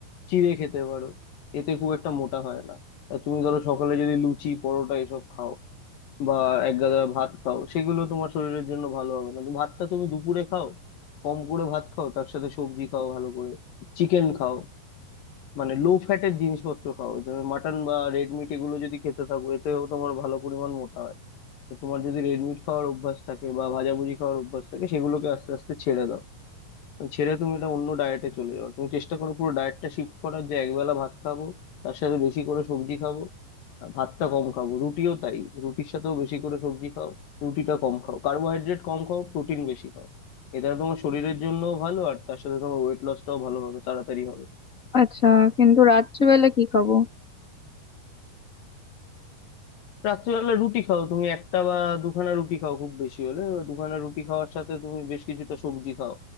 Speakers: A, on the left; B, on the left.
A: চিড়ে খেতে পারো এতে খুব একটা মোটা হয় না আর তুমি ধরো সকালে যদি লুচি পরোটা এসব খাও বা এক গাদা ভাত খাও সেগুলো তোমার শরীরের জন্য ভালো হবে না কিন্তু ভাতটা তুমি দুপুরে খাও কম করে ভাত খাও তার সাথে সবজি খাও ভালো করে চিকেন খাও মানে লো ফ্যাটের জিনিসপত্র খাও যেমন মাটন বা রেড মিট এগুলো যদি খেতে থাকো এতেও তোমার ভালো পরিমাণ মোটা হয় তো তোমার যদি রেড মিট খাওয়ার অভ্যাস থাকে বা ভাজাভুজি খাওয়ার অভ্যাস থাকে সেগুলোকে আস্তে আস্তে ছেড়ে দাও ছেড়ে তুমি এটা অন্য ডায়েটে চলে যাও তুমি চেষ্টা করো পুরো ডায়েটটা শিফট করার যে একবেলা ভাত খাবো তার সাথে বেশি করে সবজি খাবো আর ভাতটা কম খাবো রুটিও তাই রুটির সাথেও বেশি করে সবজি খাও রুটিটা কম খাও কার্বোহাইড্রেট কম খাও প্রোটিন বেশি খাও এটা তোমার শরীরের জন্যও ভালো আর তার সাথে তোমার ওয়েট লসটাও ভালো হবে তাড়াতাড়ি হবে
B: আচ্ছা কিন্তু রাত্রিবেলা কি খাবো
A: রাত্রিবেলা রুটি খাও তুমি একটা বা দুখানা রুটি খাও খুব বেশি হলে এবার দুখানা রুটি খাওয়ার সাথে তুমি বেশ কিছুটা সবজি খাও